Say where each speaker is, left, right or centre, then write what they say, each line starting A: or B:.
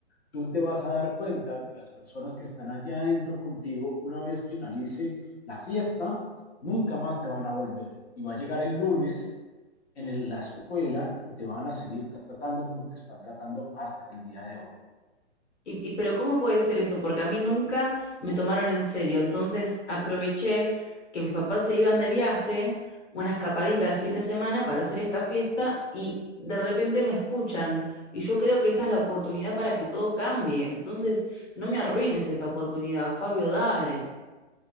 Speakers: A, on the left (about 60°); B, on the left (about 80°).
A: Tú te vas a dar cuenta que las personas que están allá adentro contigo, una vez finalice la fiesta, nunca más te van a volver. Y va a llegar el lunes en el- la escuela y te van a seguir tratando como te están tratando hasta el día de hoy.
B: Y, y- pero ¿cómo puede ser eso? Porque a mí nunca me tomaron en serio. Entonces aproveché que mis papás se iban de viaje, una escapadita de fin de semana para hacer esta fiesta y de repente me escuchan. Y yo creo que esta es la oportunidad para que todo cambie. Entonces no me arruines esta oportunidad, Fabio, dale.